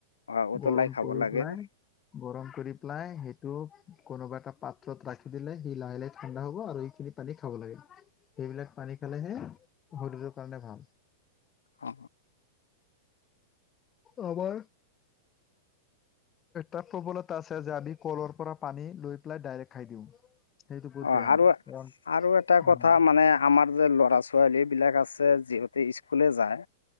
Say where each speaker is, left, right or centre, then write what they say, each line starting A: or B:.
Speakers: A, on the left; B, on the left.
A: হয় উতলাই
B: গৰম
A: খাব
B: কৰি
A: লাগে
B: পেলাই
A: অঁ
B: গৰম কৰি পেলাই টো কোনোবা এটা পাত্ৰত ৰাখি দিলে সি লাহে লাহে ঠাণ্ডা হ'ব আৰু এইখিনি পানী খাব লাগে। সেইবিলাক পানী খালেহে শৰীৰৰ কাৰণে ভাল।
A: অ
B: আমাৰ এ তাত প্ৰবলতা আছে যে আমি কলৰ পৰা পানী লৈ পেলাই ডাইৰেক্ট খাই দিওঁ সেইটো বহুত
A: অ
B: বেয়া
A: আৰু
B: কাৰণ
A: আৰু এটা
B: উম
A: কথা মানে। আমাৰ যে ল'ৰা ছোৱালী বিলাক আছে যিহতি স্কুলে যায়।